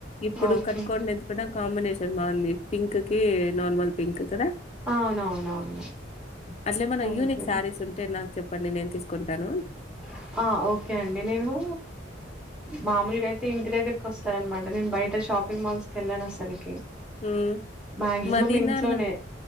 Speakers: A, on the left; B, in the centre.
A: ఇప్పుడు
B: ఓకే
A: కట్టుకోండి ఎందుకు కాంబినేషన్ బాగుంది పింక్ కీ నార్మల్ పింక్ కదా
B: అవునవునవును
A: అట్లే మన
B: థ్యాంక్
A: యూనిక్
B: యూ
A: శారీస్ ఉంటే నాకు చె అప్పటి నేను తీసుకుంటాను
B: అ ఆ ఓకే అండి నేను మామూలుగా అయితే ఇంటి దగ్గరకి వస్తారనమాట నేను బయట చ షాపింగ్ మాల్స్ వెళ్ళాను అసలుకి
A: హ్మ్
B: మాక్సిమం
A: మదీనాలో
B: ఇంట్లోనే